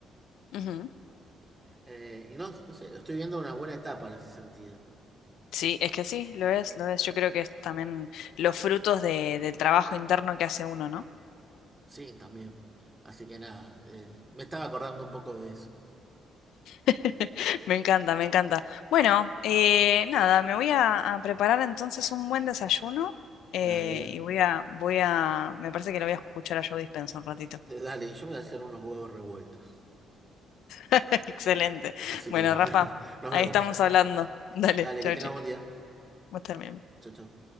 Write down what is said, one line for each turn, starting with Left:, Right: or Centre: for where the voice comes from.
Left: ujú.
Right: Eh, y no, no sé, estoy viendo una buena etapa en ese sentido.
Left: Sí, es que sí, lo es, lo es. Yo creo que es también los frutos de, del trabajo interno que hace uno, ¿no?
Right: Sí, también. Así que nada, eh, me estaba acordando un poco de eso.
Left: <laughs> Me encanta, me encanta. Bueno, eh, nada, me voy a, a preparar entonces un buen desayuno eh,
Right: Dale,
Left: y voy a, voy a, me parece que lo voy a escuchar a Joe Dispenza un ratito.
Right: <laughs> dale, yo me voy a hacer unos huevos revueltos.
Left: <laughs> Excelente.
Right: Así
Left: Bueno,
Right: que bueno,
Left: Rafa,
Right: <laughs> nos
Left: ahí
Right: vemos.
Left: estamos hablando. <laughs> Dale,
Right: Dale,
Left: chau,
Right: que tengas
Left: chi.
Right: buen día.
Left: Vos también.
Right: Chau, chau.